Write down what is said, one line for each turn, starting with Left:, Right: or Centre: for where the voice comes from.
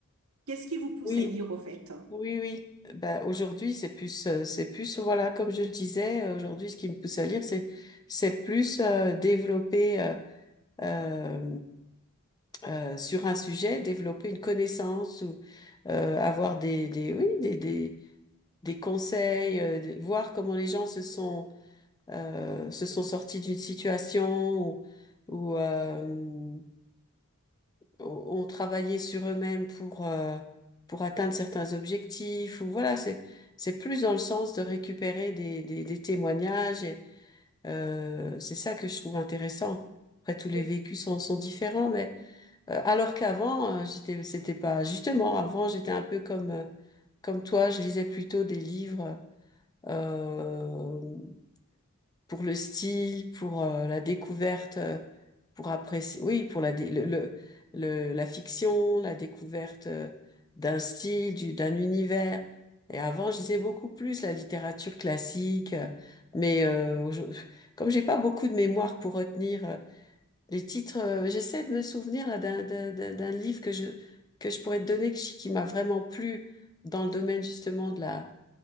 Right: qu'est-ce qui vous pousse
Left: Oui,
Right: à lire au fait?
Left: oui, oui. Ben, aujourd'hui, c'est plus, euh, c'est plus, voilà, comme je le disais, euh, aujourd'hui, ce qui me pousse à lire, c'est, c'est plus euh, développer euh, euh, euh, sur un sujet, développer une connaissance ou euh, avoir des, des, oui, des, des, des conseils, euh, de- voir comment les gens se sont, euh, se sont sortis d'une situation ou, ou, euh, ont ont travaillé sur eux-mêmes pour, euh, pour atteindre certains objectifs, ou voilà, c'est, c'est plus dans le sens de récupérer des, des, des témoignages, et euh, c'est ça que je trouve intéressant. Après, tous
Right: Donc,
Left: les vécus sont, sont différents, mais euh, alors qu'avant, euh, j'étais, c'était pas, justement, avant, j'étais un peu comme, euh, comme toi, je lisais plutôt des livres. euh, pour le style, pour euh, la découverte, euh, pour apprécier, oui, pour la, dé- le, le, le- la fiction, la découverte euh, d'un style, du, d'un univers. Et avant, je lisais beaucoup plus la littérature classique, euh, mais euh, aujo- comme j'ai pas beaucoup de mémoire pour retenir euh, les titres, euh, j'essaie de me souvenir là, d'un, d'un, d'un d'un livre que je, que je pourrais te donner qui, qui m'a vraiment plu dans le domaine justement de la,